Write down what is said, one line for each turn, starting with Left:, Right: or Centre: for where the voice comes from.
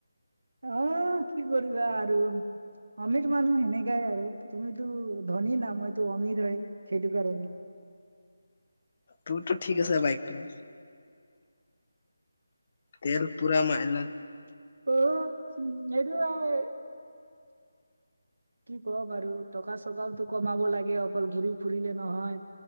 Right: অ' কি কৰিবা আৰু অমিৰ মানুহ সেনেকাই আৰু তুমিতো ধনী নাইতো অমিৰ হয় সেইটো কাৰণে <inaudible>
Left: তোৰতো ঠিক আছে বাইকটো। তেলপুৰা ম এল
Right: অ' উম <unintelligible> কি কম আৰু টকা-চকাওতো কমাব লাগে, অকল ঘূৰি ফুৰিলে নহয়।